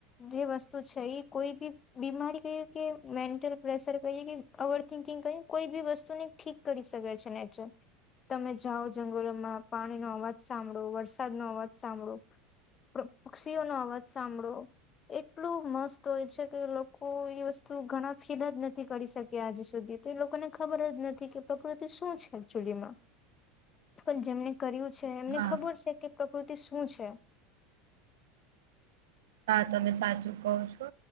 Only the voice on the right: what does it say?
હા
હા. તમે સાચું કહો છો.